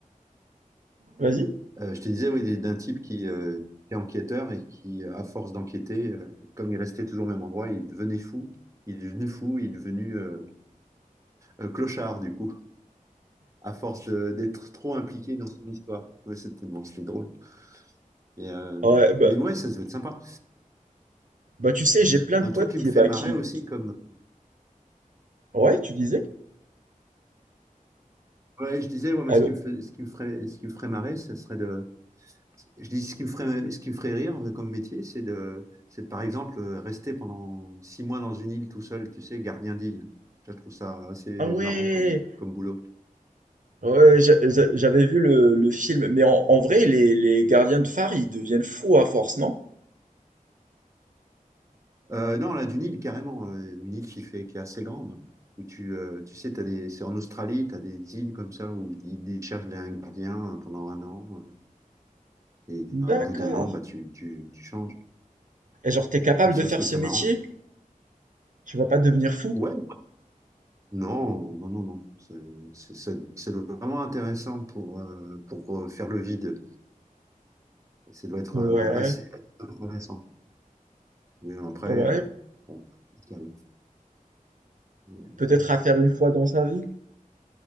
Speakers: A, on the right; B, on the right.
A: Vas-y.
B: Euh, je te disais, oui, d'un type qui, euh, qui est enquêteur et qui, euh, à force d'enquêter, euh, comme il restait toujours au même endroit, il devenait fou. Il est devenu fou, il est devenu euh, euh, clochard, du coup, à force de- d'être trop impliqué dans son histoire. Ouais, c'était bon, c'était drôle. Et, euh,
A: Ouais, bah,
B: mais ouais, ça doit être sympa.
A: bah tu sais, j'ai plein de
B: Un
A: potes
B: truc qui
A: qui...
B: me fait
A: Bah,
B: marrer
A: qui...
B: aussi, comme
A: Ouais, tu disais?
B: ouais, je disais, ouais, moi,
A: Allô?
B: ce qui me fait- ce qui me ferait, ce qui me ferait marrer, ça serait de, je dis ce qui me ferait, ce qui me ferait rire euh, comme métier, c'est de, c'est par exemple euh, rester pendant six mois dans une île tout seul, tu sais, gardien d'île. Je trouve ça assez
A: Ah ouais!
B: marrant comme, comme boulot.
A: Ouais, j'a- j'a- j'avais vu le, le film. Mais en, en vrai, les, les gardiens de phare, ils deviennent fous à force, non?
B: Euh, non, là, d'une île carrément, euh, une île qui fait, qui est assez grande, où tu, euh, tu sais, t'as des, c'est en Australie, tu as des îles comme ça où ils, ils cherchent un gardien euh, pendant un an, euh, et
A: D'accord.
B: à bout d'un an, bah tu, tu, tu changes.
A: Et genre, t'es capable
B: Et ça,
A: de faire
B: je trouve
A: ce
B: ça
A: métier?
B: marrant.
A: Tu vas pas devenir fou?
B: Ouais, Non, non, non, non. C'est c'est- c'est- c'est vraiment intéressant pour, euh, pour euh, faire le vide. Ça doit être
A: Ouais,
B: euh, assez intéressant. Mais après,
A: ouais,
B: euh, bon, c'est calme. Mais, euh,
A: peut-être à faire une fois dans sa vie.